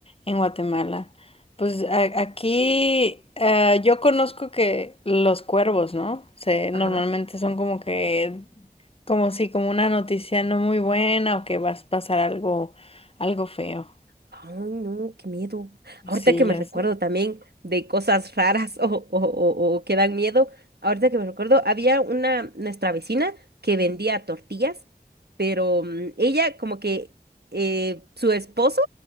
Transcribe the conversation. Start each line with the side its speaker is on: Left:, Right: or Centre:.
Left: en Guatemala. Pues a- aquí ah, yo conozco que los cuervos, ¿no? Se,
Right: Ajá.
Left: normalmente son como que, como si, como una noticia no muy buena o que vas a pasar algo, algo feo.
Right: Ay, no, qué miedo. Ahorita
Left: Sí,
Right: que me
Left: ya
Right: recuerdo
Left: sé.
Right: también de cosas raras <laughs> o, o, o- o que dan miedo, ahorita que me recuerdo, había una, nuestra vecina que vendía tortillas, pero mm, ella como que eh, su esposo